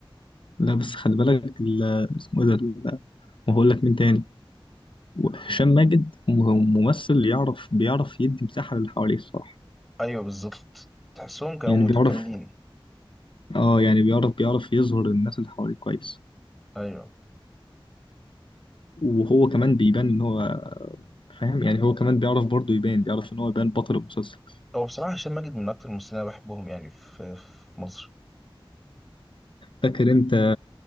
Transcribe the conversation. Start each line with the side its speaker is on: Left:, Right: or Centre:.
Left: لا بس خلي بالك ال... اسمه إيه ده ال- ما هقول لك مين تاني هشام ماجد م- ممثل يعرف بيعرف يدي مساحة للي حواليه الصراحة
Centre: أيوه بالظبط تحسهم كانوا
Left: يعني
Centre: متكاملين
Left: بيعرف اه يعني بيعرف بيعرف يظهر الناس اللي حواليه كويس
Centre: أيوه
Left: وهو كمان بيبان ان هو فاهم يعني هو كمان بيعرف برضه يبان بيعرف ان هو يبان بطل المسلسل
Centre: هو بصراحة هشام ماجد من أكتر الممثلين اللي أنا بحبهم يعني في, في مصر
Left: فاكر انت